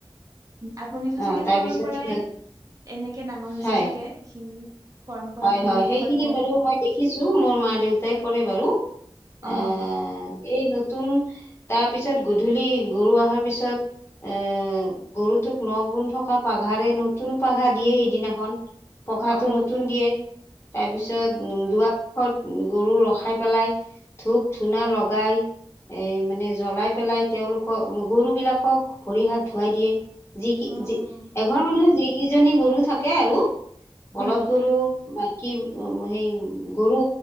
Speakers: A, on the right (about 35°); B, on the left (about 25°).
A: আপুনিতোটো
B: অ
A: চাগে
B: তাৰপিছত
A: সৰুৰ পৰাই
B: সিহঁত
A: এনেকে ডাঙৰ হৈছে
B: হয়
A: চাগে এইখিনি পৰম্পৰা খিনি
B: হয় সেইখিনি
A: সদায়
B: বাৰু মই দেখিছো মোৰ মা- দেউতাই
A: হয়
B: কৰে বাৰু
A: অ
B: আ এই নতুন তাৰ পিছত গধূলি গৰু অহাৰ পিছত এ গৰুটোক নগুণ থকা পাঘাৰে নতুন পাঘা দিয়ে সেইদিনাখন। পঘাটো
A: অ
B: নতুন দিয়ে তাৰপিছত
A: অ
B: উম, দুৱাৰ মুখত গৰু ৰখাই পেলাই ধূপ-ধূনা লগাই এ মানে জ্বলাই পেলাই তেওঁলোকক গৰু বিলাকক ভৰি হাত ধুৱাই দিয়ে। যি কি
A: অ
B: যি
A: অ
B: এঘৰ মানুহৰ যিকেইজনী গৰু থাকে আৰু বলদ
A: হয়
B: গৰু মাইকী অ' সেই গৰু